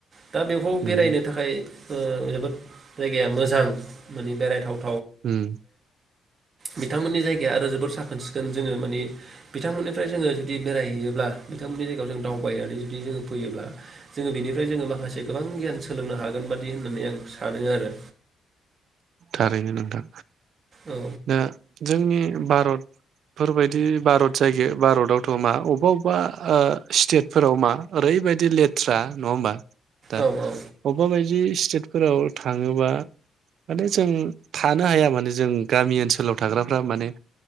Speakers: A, on the right; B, on the right.
A: दा बेखौ बेरायनो
B: उम
A: थाखाय ओ जोबोद जायगाया मोजां माने बेरायथाव।
B: उम।
A: बिथांमोननि जायगाया आरो जोबोर साखोन सिखोन जोङो माने बिथांमोननिफ्राय जोङो जुदि बेरायहैयोब्ला बिथांमोननि जायगायाव जों दावबायनानै जुदि जोङो फैयोब्ला जोङो बिनिफ्राय जोङो माखासे गोबां गियान सोलोंनो हागोन बा बिदि होननानै आं सानो आरो
B: थारैनो नोंथां
A: औ
B: दा जोंनि भारतफोरबायदि भारत जायगायाव भारतावथ' मा अबेबा अबेबा ओ स्टेटफोराव मा ओरैबायदि लेथ्रा नङा होमबा दा
A: औ औ
B: अबावबा बायदि सितेद फोराव थाङोबा माने जों थानो हाया माने जों गामि ओनसोलाव थाग्राफ्रा माने